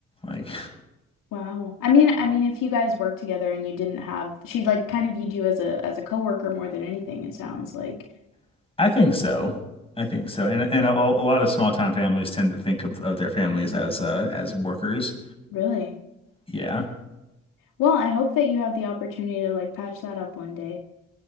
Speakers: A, on the left; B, on the left.
A: Like,
B: wow. I mean, I mean if you guys work together and you didn't have she like kind of viewed you as a as a coworker more than anything, it sounds like.
A: <laughs> I think so. I think so. And and a, a lot of small town families tend to think of, of their families as uh, as workers.
B: Really?
A: Yeah.
B: Well, I hope that you have the opportunity to like patch that up one day.